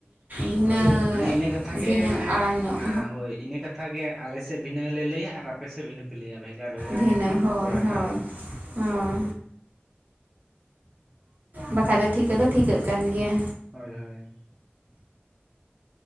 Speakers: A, on the right; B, in the centre.
A: ᱵᱷᱤᱱᱟᱹ
B: ᱦᱳᱭ ᱢᱟᱱᱮ ᱤᱱᱟᱹ ᱠᱟᱛᱷᱟ ᱜᱮ
A: ᱵᱷᱤᱱᱟᱹ
B: ᱢᱟᱱᱮ
A: ᱟᱲᱟᱝ ᱧᱚᱜ
B: ᱦᱳᱭ ᱮᱸ ᱤᱱᱟᱹ ᱠᱟᱛᱷᱟ ᱠᱟᱛᱷᱟᱜᱮ ᱟᱞᱮ ᱥᱮᱫ ᱵᱷᱤᱱᱟᱹ ᱞᱮ ᱞᱭᱟ ᱟᱨ ᱟᱯᱮ ᱟᱯᱮᱥᱮ ᱵᱷᱤᱱᱟᱹᱯᱮ ᱞᱟᱹᱭᱟ, ᱵᱷᱮᱜᱟᱨ ᱵᱷᱮᱜᱟᱨ
A: ᱵᱷᱤᱱᱟᱹ
B: ᱧᱚᱜ ᱵᱚᱱ
A: ᱦᱳᱭ
B: ᱨᱚᱯᱚᱲᱟ
A: ᱦᱳᱭ
B: ᱦᱮᱸ
A: ᱦᱳᱭ ᱵᱟᱠᱷᱟᱡ ᱫᱚ ᱴᱷᱤᱠᱟᱹ ᱫᱚ ᱴᱷᱤᱠᱟᱹᱜ ᱠᱟᱱ ᱜᱮᱭᱟ
B: ᱦᱳᱭ ᱦᱳᱭ